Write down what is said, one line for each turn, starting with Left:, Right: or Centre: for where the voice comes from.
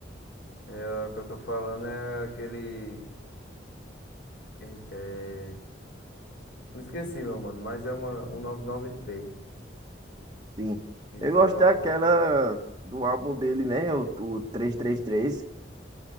Left: É, o que eu tô falando é aquele, eita, é... Me esqueci, meu mano, mas é uma um 1993.
Right: Sim.
Left: Então
Right: Eu gosto
Left: eu
Right: daquela
Left: gosto
Right: do álbum dele, né? O, o 333. E trinta e três.